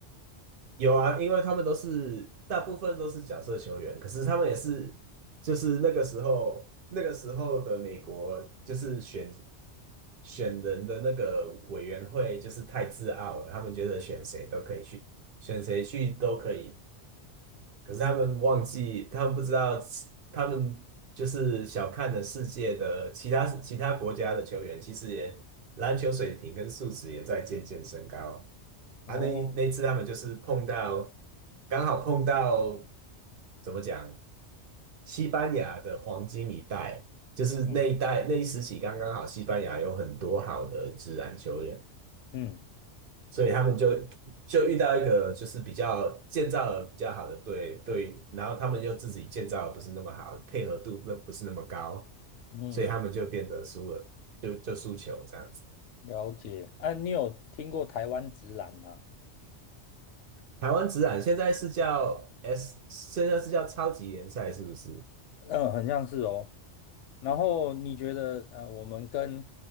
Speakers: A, on the right; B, on the left.
A: 有啊，因为他们都是大部分都是角色球员，可是他们也是就是那个时候那个时候的美国就是选选人的那个委员会就是太自傲了，他们觉得选谁都可以去，选谁去都可以可是他们忘记，他们不知道，他们就是小看了世界的其他其他国家的球员，其实也篮球水平跟素质也在渐渐升高。
B: 哦，
A: 啊，那那一次他们就是碰到，刚好碰到怎么讲，西班牙的黄金一代，就是那一代那一时期刚刚好，
B: 嗯
A: 西班牙有很多好的职篮球员，
B: 嗯
A: 所以他们就就遇到一个就是比较建造的比较好的队队，然后他们就自己建造的不是那么好，配合度那不是那么高，
B: 嗯，
A: 所以他们就变得输了，就就输球这样子。
B: 了解。啊，你有听过台湾直篮吗？
A: 台湾职篮现在是叫 S，现在是叫超级联赛是不是？
B: 嗯，很像是哦。然后你觉得，呃，我们跟